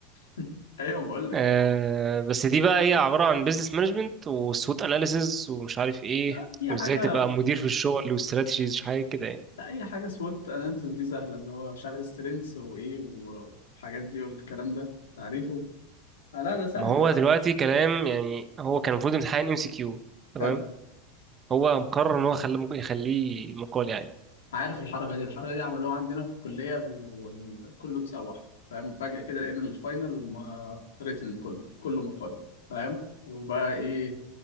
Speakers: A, on the left (about 85°); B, on the right (about 30°).
A: <laughs> أيوه ما بقول لك
B: آه بس دي بقى هي عباره عن بيزنس مانجمنت وسوت اناليسز ومش عارف ايه
A: لا أي
B: وازاي
A: حاجة
B: تبقى مدير في الشغل واستراتيجيز حاجه كده يعني
A: لا أي حاجة سوت أناليسيس دي سهلة اللي هو مش عارف سترينث وإيه والحاجات دي والكلام ده تعريفه آه، لا ده سهل
B: ما هو
A: ده يعني
B: دلوقتي كلام يعني هو كان المفروض امتحان ام سي كيو تمام
A: حلو
B: هو مقرر ان هو خليه ممكن يخليه مقالي عادي
A: عارف الحركه دي الحركه دي عملوها عندنا في الكليه وكله اتسوح فاهم فجاه كده لقينا الفاينل ما ريتن كله كله مقالي فاهم وبقى ايه